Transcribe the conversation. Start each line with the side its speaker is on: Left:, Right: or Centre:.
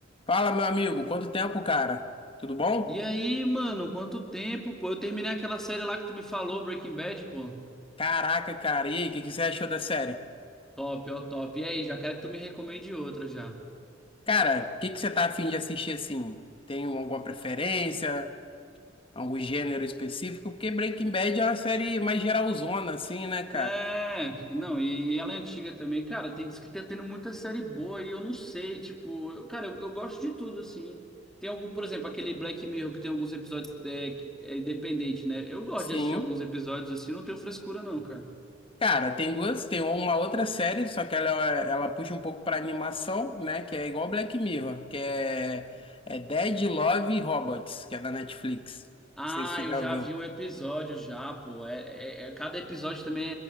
Left: Fala, meu amigo, quanto tempo, cara? Tudo bom?
Centre: E aí, mano, quanto tempo, pô? Eu terminei aquela série lá que tu me falou, Breaking Bad, pô.
Left: Caraca, cara, e aí, o que que você achou da série?
Centre: Top, ó, top. E aí, já quero que tu me recomende outra já.
Left: Cara, o que que você tá afim de assistir assim? Tem alguma preferência? Algum gênero específico? Porque Breaking Bad é uma série mais geralzona, assim, né, cara?
Centre: É, não, e, e ela é antiga também. Cara, tem, diz que tá tendo muita série boa e eu não sei, tipo, eu- cara, eu, eu gosto de tudo, assim. Tem algum, por exemplo, aquele Black Mirror que tem alguns episódios é, que é independente, né? Eu gosto
Left: Sim.
Centre: de assistir alguns episódios assim, não tenho frescura não, cara.
Left: Cara, tem duas, tem uma outra série, só que ela, ela puxa um pouco pra animação, né? Que é igual Black Mirror, que é, é Dead Love Robots, que é da Netflix.
Centre: Ah,
Left: Não sei se você
Centre: eu
Left: já
Centre: já
Left: ouviu.
Centre: vi um episódio já, pô. É, é- é- cada episódio também